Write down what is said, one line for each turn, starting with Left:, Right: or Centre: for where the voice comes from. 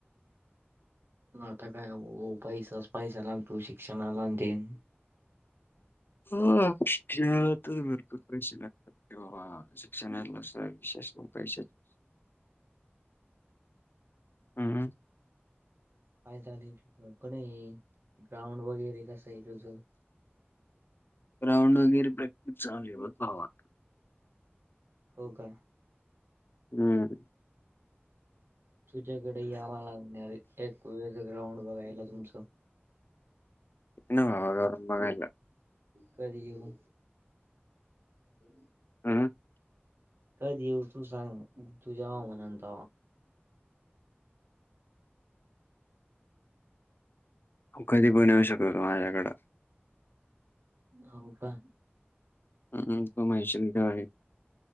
Right: आता काय हो पैसाच पैसा लागतो शिक्षणाला तेन.
Left: हो भरपूर पैसे लागतात. ल स विशेष उपाय हम.
Right: काय झाले क नाही ग्राउंड वगैरे कस आहे तुझं?
Left: ग्राउंड वगैरे प्रक् चाले भाव.
Right: हो का?
Left: हम्म.
Right: तुझ्याकडे आम्हाला एक वेळस ग्राउंड बघायला तुमचं?
Left: येन आ आला
Right: कध येऊ. ह.
Left: हं.
Right: कध येऊ तू सांग तुझ्याव म्हणून त
Left: कधी पण येऊ शकत त माझ्याकडं.
Right: हो का?
Left: हम् कमयशवा